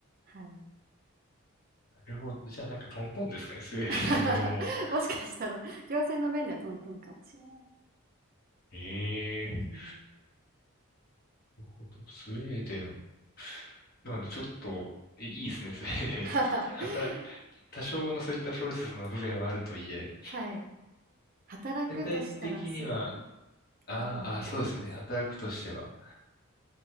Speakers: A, on the right; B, on the left.
A: はい。
B: なるほど。じゃあなんかトントンですかね、スウェーデンと日本も。
A: <laughs>
B: <laughs>
A: もしかしたら、行政の面ではトントンかもしれない。
B: え
A: うん
B: えーなるほど。スウェーデン。だからちょっと、えいいですね、スウェーデン。
A: <laughs>。
B: 働、多少のそういったプロセスの不便はあるとはいえ、
A: はい。働くとしたらすごく
B: 全体的には、あーあー、
A: いい国だと思います。
B: そうですよね、働くとしては。